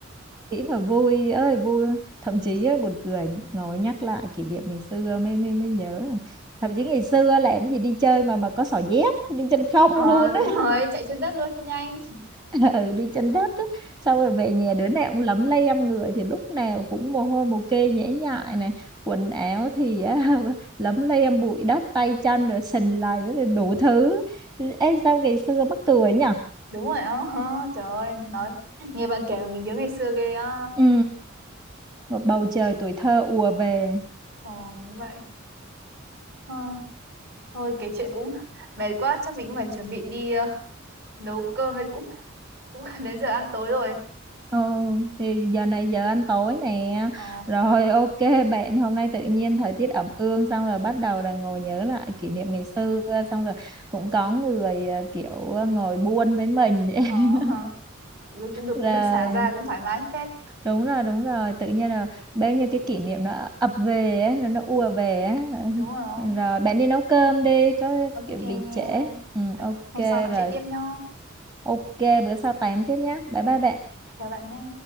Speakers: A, on the right (about 20°); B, on the right (about 50°).
A: nghĩ mà vui ơi vui luôn. thậm chí á, buồn cười ngồi nhắc lại kỷ niệm ngày xưa mới mới mới nhớ thậm chí ngày xưa làm cái gì đi chơi mà mà có xỏ dép đi chân
B: <laughs>
A: không
B: ờ
A: <laughs> luôn
B: đúng
A: á.
B: rồi chạy trên đất luôn cho nhanh
A: <laughs> ừ đi trên đất á. xong rồi về nhà đứa nào cũng lấm lem âm người thì lúc nào cũng mồ hôi mồ kê nhễ nhại này quần áo thì á, <laughs> lấm lem bụi đất tay chân rồi sình lầy rồi đủ thứ Ê, sao ngày xưa mắc cười nhỉ
B: đúng rồi á Ờ, trời ơi nói nghe bạn kể mà mình nhớ ngày xưa ghê á
A: ừ, một bầu trời tuổi thơ ùa về
B: ờ đúng vậy ờ, thôi kể chuyện cũng mệt quá chắc mình cũng phải chuẩn bị đi ờ, nấu cơm đây cũng cũng gần đến giờ ăn tối rồi
A: ừ, thì giờ này giờ ăn tối nè
B: ờ
A: rồi ok bạn hôm nay tự nhiên thời tiết ẩm ương xong rồi bắt đầu là ngồi nhớ lại kỷ niệm ngày xưa xong rồi cũng có người ờ, kiểu ờ, ngồi buôn với mình <laughs>
B: ờ <laughs> cũng được
A: rồi
B: cũng được xả ra cũng thoải mái phết
A: đúng rồi đúng rồi tự nhiên là bao nhiêu cái kỷ niệm nó ập về á nó nó ùa về á
B: đúng rồi
A: rồi bạn đi nấu cơm đi có
B: ok
A: kiểu
B: nha
A: bị trễ ừ,
B: Vậy
A: ok
B: hôm sau nói
A: rồi
B: chuyện tiếp nhá
A: ok bữa sau tám tiếp nhá bye
B: Vâng,
A: bye bạn
B: chào bạn nhá